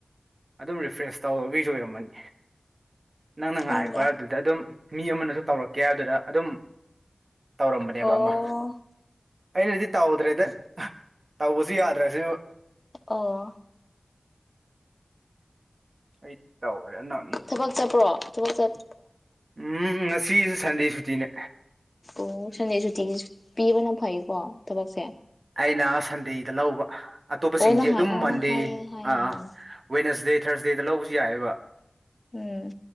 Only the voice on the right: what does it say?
ꯑꯗꯨꯝ ꯔꯤꯐ꯭ꯔꯦꯁ ꯇꯧꯕꯒꯤꯁꯨ ꯑꯣꯏꯔꯝꯃꯅꯤ ꯅꯪꯅ
ꯉꯥꯏꯈꯣ ꯍꯥꯏꯕꯗꯨꯗꯥ ꯑꯗꯨꯝ ꯃꯤ ꯑꯃꯅꯁꯨ ꯇꯧꯔꯛ ꯀꯦ ꯍꯥꯏꯕꯗꯨꯗ ꯑꯗꯨꯝ ꯇꯧꯔꯝꯕꯅꯦꯕ
ꯑꯃ ꯑꯩꯅꯗꯤ ꯇꯧꯗ꯭ꯔꯦꯗ ꯇꯧꯕꯁꯨ ꯌꯥꯗ꯭ꯔ ꯁꯤꯕꯨ
ꯑꯩ ꯇꯧꯈ꯭ꯔꯦ ꯅꯪ
ꯎꯝ ꯉꯁꯤ ꯁꯟꯗꯦ ꯁꯨꯇꯤꯅꯦ
ꯑꯩꯅ ꯁꯟꯗꯦꯗ ꯂꯧꯕ ꯑꯇꯣꯞꯄꯁꯤꯡꯗꯤ
ꯑꯗꯨꯝ
ꯃꯟꯗꯦ
ꯑꯥ
ꯑꯥ ꯋꯦꯅꯁꯗꯦ ꯊꯔꯁꯗꯦꯗ ꯂꯧꯕꯁꯨ ꯌꯥꯏꯕ